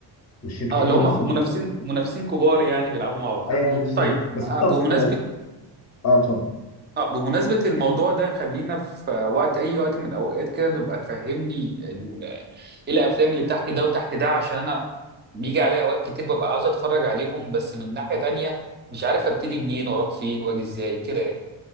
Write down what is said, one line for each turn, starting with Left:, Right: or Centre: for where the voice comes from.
Left: والشركتين
Right: اه اللي
Left: بينافسوا
Right: هم منافسين
Left: بعض
Right: منافسين كبار يعني بيلعبوا مع بعض
Left: ايوه نفسين
Right: طيب
Left: بس
Right: آه،
Left: انت
Right: بمناسبة
Left: لو اه اتفضل
Right: آه، بمناسبة الموضوع ده خلينا في وقت أي وقت من الأوقات كده تبقى تفهمني ال- إيه الأفلام اللي تحت ده وتحت ده عشان أنا بيجي عليا أوقات كتير ببقى عاوز أتفرج عليهم بس من ناحية تانية مش عارف أبتدي منين وأروح فين وأجي إزاي كده يعني